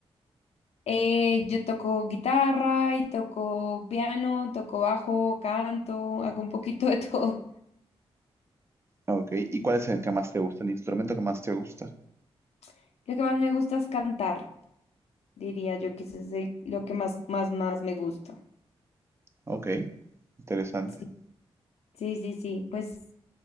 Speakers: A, on the left; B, on the right.
A: Eh, yo toco guitarra y toco piano, toco bajo, canto, hago un poquito de todo.
B: Ok, ¿y cuál es el que más te gusta? El instrumento que más te gusta.
A: <laughs> Lo que más me gusta es cantar, diría yo, que eso es el- lo que más, más, más me gusta.
B: Ok, interesante.
A: Sí, sí, sí, sí, pues,